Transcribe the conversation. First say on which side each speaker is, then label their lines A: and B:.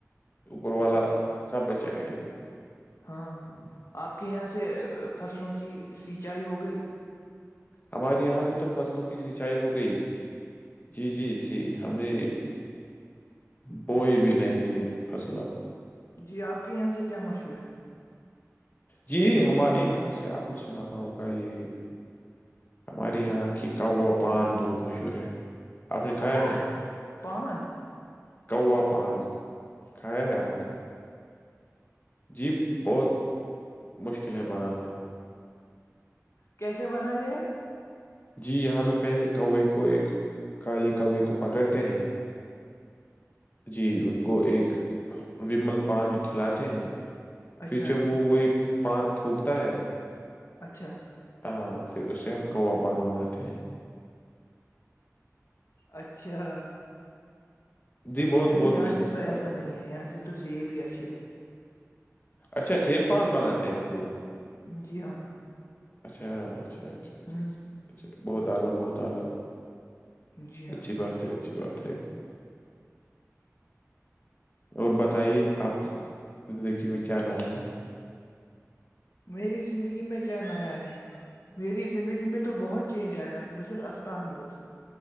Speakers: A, on the left; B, on the left.
A: اوپر والا
B: جی
A: سب بچ کرے گا
B: ہاں آپ کے یہاں سے فصلوں کی سیچائی ہو گئی
A: ہمارے یہاں سے تو فصلوں کی سینچائی ہو گئی جی جی جی ہم نے بوئی بھی نئی نئی فصل اب
B: جی آپ کے یہاں سے کیا مشہور ہے؟
A: جی ہمارے یہاں سے آپ نے سنا ہوگا یہ ہمارے یہاں کی پان بہت مشہور ہے آپ نے کھایا
B: کیا
A: ہے
B: پان
A: کوا پان کھایا ہے آپ نے جی بہت مشکلیں بنانا
B: کیسے بنا تے یہ
A: جی یہاں پہ پہلے کوے کو ایک کالے کوے کو پکڑتے ہیں جی ان کو ایک ومل پان کھلاتے ہیں
B: اچھا
A: پھر جب وہ وہی پان تھوکتا ہے
B: اچھا
A: آ اسے ہم کوا پان بناتے ہیں
B: اچھا
A: جی بہت
B: ارے
A: بہت
B: یہاں
A: مشکل
B: سے تو
A: کار
B: ایسا نہیں ہے یہاں سے تو سیب ہی اچھے ہے
A: اچھا سیب پان منگاتے ہیں آپ لوگ
B: جی ہاں
A: اچھا اچھا اچھا اچھاچھاا
B: ہ
A: بہت تالا بہت تالا
B: جی ہاں
A: اچھی بات ہے اچھی بات ہے اور بات تائی آپ کی زندگی میں کیا نیا ہے
B: میری زندگی میں کیا نایا ہے میری زندگی میں تو بہت چینج آیا بچ اسستان بوز